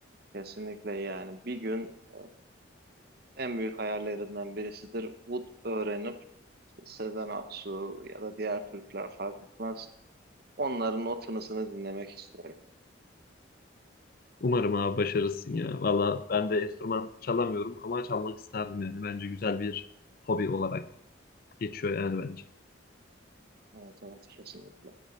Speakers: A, on the right; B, on the left.
A: kesinlikle yani bir gün e, en büyük hayallerimden birisidir. Ut öğrenip Sezen Aksu ya da diğer Türkler fark etmez. Onların o tınısını dinlemek istiyorum.
B: Umarım abi başarırsın ya. Valla ben de enstrüman çalamıyorum ama çalmak isterdim yani. Bence güzel bir hobi olarak geçiyor yani bence.
A: Evet, evet, kesinlikle.